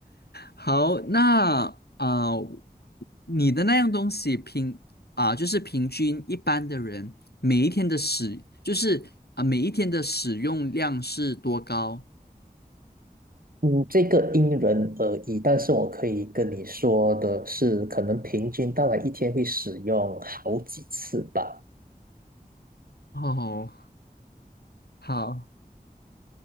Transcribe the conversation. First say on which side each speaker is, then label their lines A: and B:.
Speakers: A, on the left; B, on the right.
A: 好，那啊、呃你的那样东西平啊、就是平均一般的人每一天的使，就是啊、每一天的使用量是多高？
B: 嗯，这个因人而异，但是我可以跟你说的是，可能平均大概一天会使用好几次吧。
A: 哦，好，